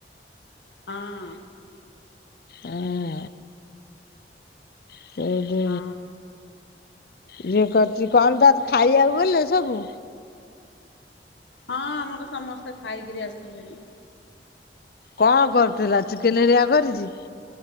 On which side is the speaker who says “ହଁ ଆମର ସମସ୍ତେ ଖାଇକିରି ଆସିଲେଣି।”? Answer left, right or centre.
Left